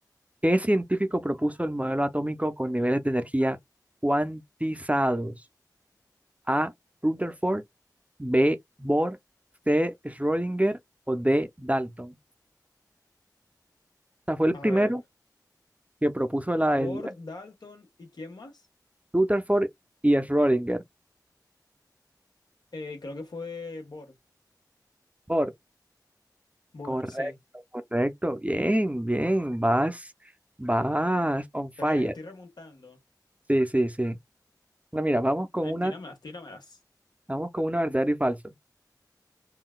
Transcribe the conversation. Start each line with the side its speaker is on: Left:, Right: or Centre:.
Right: ¿Qué científico propuso el modelo atómico con niveles de energía cuantizados? A. Rutherford, B. Bohr, C. Schrödinger o D. Dalton. O sea, fue el
Left: A
Right: primero
Left: ver.
Right: que propuso la,
Left: Bor,
Right: el
Left: Dalton y quién más?
Right: Rutherford y Schrödinger.
Left: Eh, creo que fue Bor.
Right: Bohr,
Left: Bor,
Right: correcto,
Left: sí.
Right: correcto, bien, bien, vas, vas on fire.
Left: Pero ya estoy remontando.
Right: Sí, sí, sí. Bueno, mira, vamos con
Left: A ver,
Right: una,
Left: tíramelas, tíramelas.
Right: vamos con una verdadero y falso.